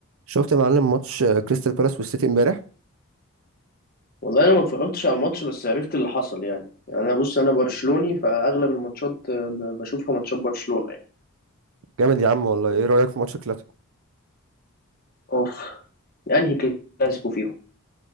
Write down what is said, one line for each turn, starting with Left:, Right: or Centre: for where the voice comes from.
Right: شفت يا معلم ماتش آه، كريستال بالاس والسيتي امبارح
Left: والله انا ما اتفرجتش على الماتش بس عرفت اللي حصل يعني يعني انا بص انا برشلوني فاغلب الماتشات آه، ب- بشوفها ماتشات برشلونة يعني
Right: جامد يا عم والله ايه رأيك في ماتش كلاسيكو
Left: اوف انهي كلاسيكو فيهم